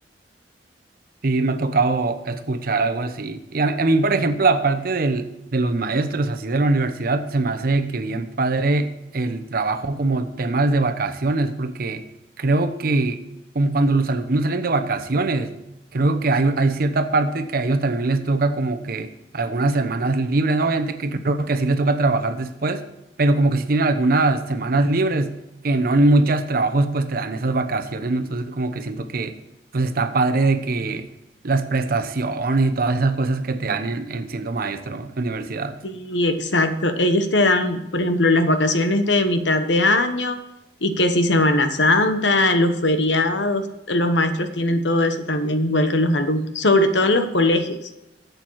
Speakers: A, on the right; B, on the left.
A: Sí, me ha tocado escuchar algo así. Y a, mí, a mí, por ejemplo, aparte del, de los maestros así de la universidad, se me hace que bien padre el trabajo como temas de vacaciones, porque creo que como cuando los alumnos salen de vacaciones, creo que hay, hay cierta parte que a ellos también les toca como que algunas semanas libres, ¿no? Obviamente que creo que sí les toca trabajar después, pero como que sí tienen algunas semanas libres, que no en muchos trabajos pues te dan esas vacaciones, ¿no? Entonces como que siento que pues está padre de que las prestaciones y todas esas cosas que te dan en, en siendo maestro de universidad.
B: Sí, exacto. Ellos te dan, por ejemplo, las vacaciones de mitad de año y que si Semana Santa, los feriados, los maestros tienen todo eso también, igual que los alumnos, sobre todo en los colegios.